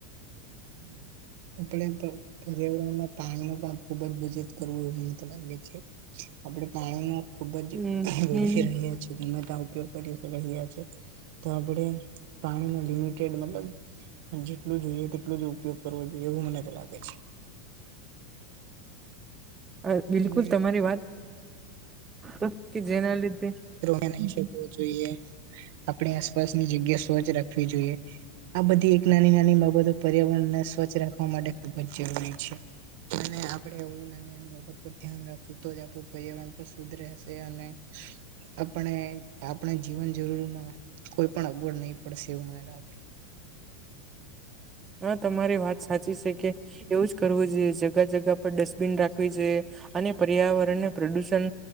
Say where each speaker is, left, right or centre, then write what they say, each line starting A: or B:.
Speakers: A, on the right (about 65°); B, on the right (about 20°).
A: <inaudible> આપણે પ પર્યાવરણમાં પાણીનો પણ ખુબ જ બચત કરવું <unintelligible> છે. આપણે પાણીનો ખુબ જ
B: હમ
A: <unintelligible> ગમે ત્યાં ઉપયોગ કરી ર રહ્યા છે. તો આપણે પાણીનો લિમિટેડ મતલબ જેટલું જોઈએ તેટલુંજ ઉપયોગ કરવો એવું મનેતો લાગે છે.
B: અ, બિલકુલ
A: અને
B: તમારી વાત, અ કે જેના લીધે
A: <unintelligible> જોઈએ. આપણી આસપાસની જગ્યા સ્વચ્છ રાખવી જોઈએ. આ બધી એક નાની-નાની બાબતો પર્યાવરણને સ્વચ્છ રાખવા માટે ખૂબ જ જરૂરી છે. અને આપડે એવું નાની-નાની બાબત પર ધ્યાન રાખશું તો જ આપડું પર્યાવરણ પર ખુદ રહેશે અને આપણે આપણે જીવન જરૂરીમાં કોઈ પણ અગવડ નહીં પડશે એવું મને લાગે.
B: હા, તમારી વાત સાચી છે કે એવું જ કરવું જોઈએ જગા-જગા પર ડસબિન રાખવી જોઈએ. અને પર્યાવરણને પ્રદૂષણ